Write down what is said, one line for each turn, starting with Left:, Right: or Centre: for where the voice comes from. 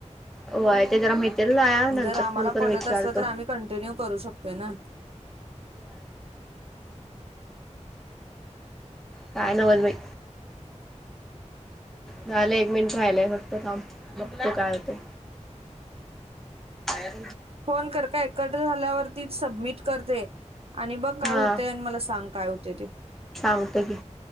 Centre: वय ते जरा माहि ते ला नंतर
Right: जर आम्हाला
Centre: फोन करून
Right: पटत
Centre: विचारतोय.
Right: असलं तर आम्ही कंटिन्यू करू शकतोय ना
Centre: काय नवच बाई. झालं एक मिनिट राहिलंय फक्त काम मग काय होते. ह <unintelligible>
Right: फोन कर का एकत्र झाल्यावरती सबमिट करते आणि बघ काय
Centre: हा
Right: होते आणि मला सांग काय होते ते
Centre: सांगतो की